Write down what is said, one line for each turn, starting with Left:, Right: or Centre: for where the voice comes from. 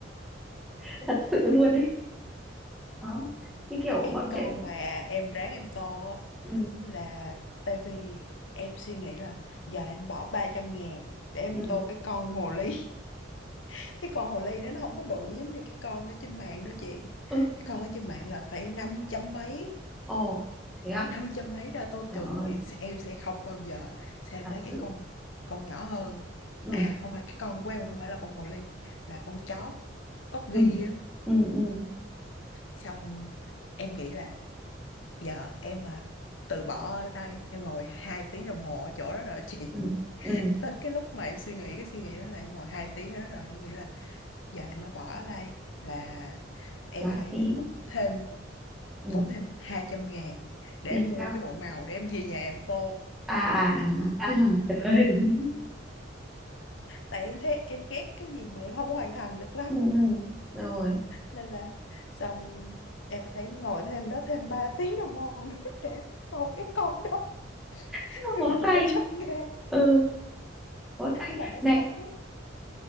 Centre: <laughs> thật sự luôn đấy đó cái kiểu
Left: cái
Centre: bọn
Left: con
Centre: trẻ
Left: mà em ráng em tô á,
Centre: ừ,
Left: là tại vì em suy nghĩ là giờ em bỏ 300 ngàn để em
Centre: ừ,
Left: tô cái con hồ ly <laughs> cái con hồ ly nó nó không có bự giống như cái con ở trên mạng đâu chị
Centre: ừ
Left: cái con ở trên mạng là phải 500 mấy
Centre: Ồ, thế à?
Left: bỏ năm trăm mấy ra tô
Centre: Trời
Left: tượng
Centre: ơi,
Left: thì sẽ- em sẽ không bao giờ sao em
Centre: thật
Left: lấy
Centre: sự.
Left: cái con con nhỏ hơn
Centre: Ừ,
Left: à không phải cái con của em không phải là con hồ ly là con chó corgi
Centre: ừ,
Left: á
Centre: ừ, ừ,
Left: xong em nghĩ là giờ em mà từ bỏ ở đây em ngồi hai tiếng đồng hồ ở chỗ đó rồi <laughs> chị
Centre: ừ, ừ,
Left: tới cái lúc mà em suy nghĩ cái suy nghĩ đó là em ngồi hai tiếng ở đó rồi em nghĩ là giờ em mà bỏ ở đây là em
Centre: quá
Left: phải
Centre: phí.
Left: tốn thêm
Centre: Ừ,
Left: tốn thêm hai trăm ngàn để
Centre: vì
Left: mua
Centre: sao?
Left: cái bộ màu để em về nhà em tô
Centre: À, à, à, à, <laughs> trời ơi.
Left: tại em thấy em ghét cái gì mà em không hoàn thành được lắm
Centre: Ừ, ừ, rồi.
Left: nên là xong em phải ngồi thêm đó thêm 3 <laughs> tiếng đồng hồ nữa để em tô cái con đó
Centre: Thế mà
Left: vì
Centre: Bó
Left: ba
Centre: tay.
Left: trăm ngàn
Centre: Ừ, bó tay.
Left: mà nó xấu
Centre: Này,